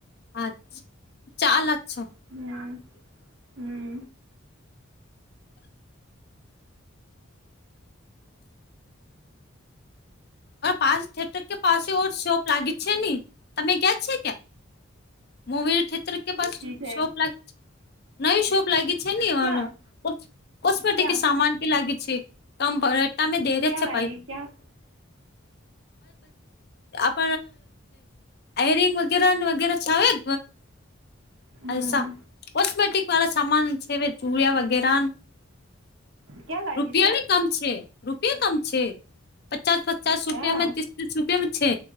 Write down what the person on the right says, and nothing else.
હમ હમ.
ની
ચીજ હે
ક્યાં
ક્યાં
ક્યાં
લાગી
ક્યાં
હમ
ક્યાં લાગી
છે
હા